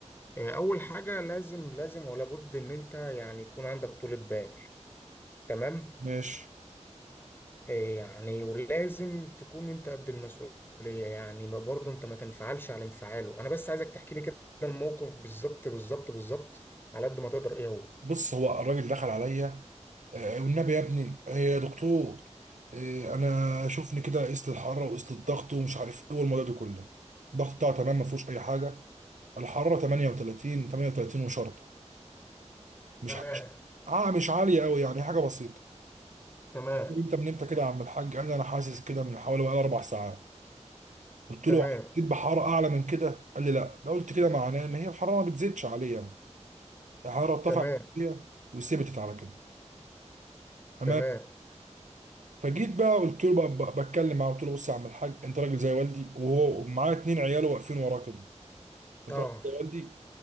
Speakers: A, on the left; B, on the right.
A: آه، اول حاجه لازم لازم ولا بد ان انت يعني يكون عندك طولة بال تمام
B: ماشي
A: آه، يعني ولازم تكون انت قد المسؤوليه يعني ما برضه انت ما تنفعلش على انفعاله انا بس عايزك تحكي لي كده الموقف بالظبط بالظبط بالظبط على قد ما تقدر ايه هو
B: بص هو الراجل دخل عليا آه، والنبي يا ابني آه، يا دكتور آه، انا شوفني كده قست الحراره وقست الضغط ومش عارف ايه والموضوع ده كله الضغط بتاعه تمام ما فيهوش اي حاجه الحراره 38 38 وشرطه مش
A: تمام
B: مش اه مش عاليه قوي يعني حاجه بسيطه
A: تمام
B: انت من امتى كده يا عم الحاج قال لي انا حاسس كده من حوالي بقى اربع ساعات قلت
A: تمام
B: له حسيت بحراره اعلى من كده قال لي لا ده قلت كده معناه ان هي الحراره ما بتزيدش عليا يعني الحراره ارتفعت
A: تمام
B: شوية وثبتت على كده تمام
A: تمام
B: فجيت بقى قلت له بقى بقى- بتكلم معاه قلت له بص يا عم الحاج انت راجل زي والدي وهو معاه اتنين عياله واقفين وراه كده انت
A: اه
B: راجل زي والدي